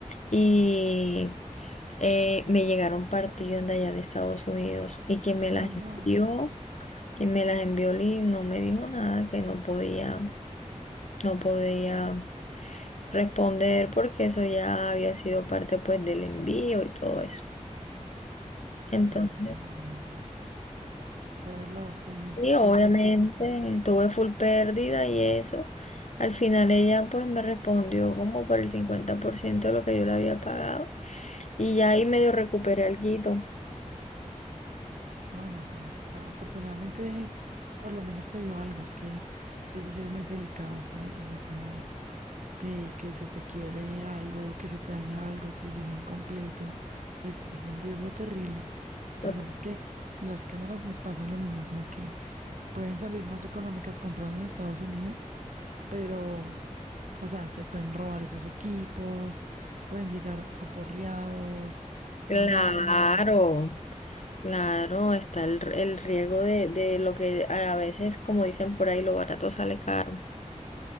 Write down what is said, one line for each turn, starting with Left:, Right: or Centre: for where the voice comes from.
Left: y eh, me llegaron partidas de allá de Estados Unidos y quien me
Right: Uy,
Left: las
Right: no.
Left: envió, quien me las envió Lee, no me dijo nada, que no podía, no podía responder porque eso ya había sido parte pues del envío y todo eso. Entonces,
Right: Uy, no. Qué dolor. Pero ¿y entonces,
Left: Sí, obviamente,
Right: ahí, ¿qué hiciste?
Left: tuve full pérdida y eso. Al final ella pues me respondió como por el 50% de lo que yo le había pagado y ya ahí medio recuperé alguito.
Right: Bueno, tam- a- afortunadamente, por lo menos te dio algo. Es que eso sí es muy delicado, ¿sabes? O sea, como que, que se te quiebre algo, que se te dañe algo, te llegue incompleto. Es, es un riesgo terrible.
Left: Total.
Right: Digamos que las cámaras nos pasan lo mismo, como que Pueden salir más económicas comprar en Estados Unidos, pero, o sea, se pueden robar esos equipos, pueden llegar aporreados, con
Left: Claro,
Right: daños.
Left: claro, está el, el riesgo de, de lo que a veces, como dicen por ahí, lo barato sale caro.